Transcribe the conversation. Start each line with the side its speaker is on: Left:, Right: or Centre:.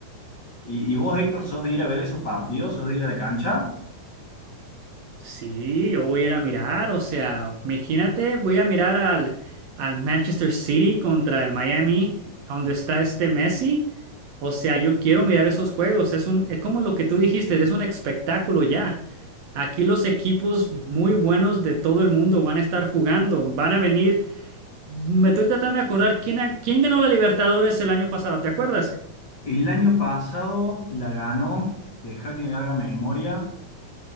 Left: ¿Y, y vos, Héctor, sos de ir a ver esos partidos? ¿Sos de ir a la cancha?
Right: Sí, yo voy a ir a mirar, o sea, imagínate, voy a mirar al, al Manchester City contra el Miami, donde está este Messi. O sea, yo quiero mirar esos juegos, es un, es como lo que tú dijiste, es un espectáculo ya. Aquí los equipos muy buenos de todo el mundo van a estar jugando, van a venir. Me estoy tratando de acordar quién, ha- quién ganó la Libertadores el año pasado, ¿te acuerdas?
Left: El año pasado la ganó, deja que me haga memoria,